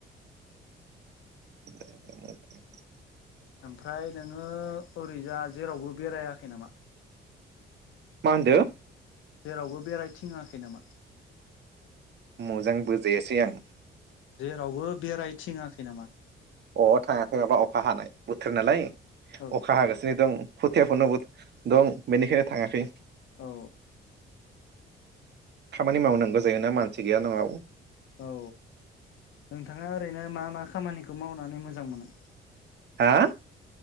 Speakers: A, on the right; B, on the left.
A: दे दे मोजांआनो।
B: ओमफ्राय नोङो ओरैजा जेरावबो बेरायाखै नामा?
A: मा होनदों?
B: जेरावबो बेरायथिङाखै नामा?
A: मोजां बुजायासै आं।
B: जेरावबो बेरायथिङाखै नामा
A: अ थाङाखै माबा अखा हानाय बोथोर नालाय।
B: औ
A: अखा हागासिनो दं खुथियाफोनोबो
B: औ
A: दं। बेनिखायनो थाङाखै।
B: औ।
A: खामानि मावनांगौ जायोना मानसि गैया न'आव।
B: औ नोंथाङा ओरैनो मा मा खामानिखौ मावनानै मोजां मोनो।
A: हा?